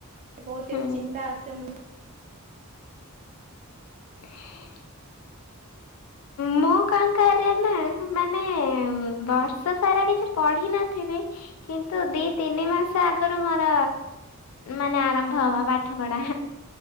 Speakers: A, on the right (about 35°); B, on the left (about 80°).
A: ବହୁତ
B: ହୁଁ।
A: କିଛି ଚିନ୍ତା ଆସେ ମୁ
B: <unintelligible> ମୁଁ କଣ କରେ ନା ମାନେ ବର୍ଷ ସାରା କିଛି ପଢ଼ିନଥିବି କିନ୍ତୁ ଦି ତିନି ମାସ ଆଗରୁ ମୋର ମାନେ ଆରମ୍ଭ ହବା ପାଠ ପଢା।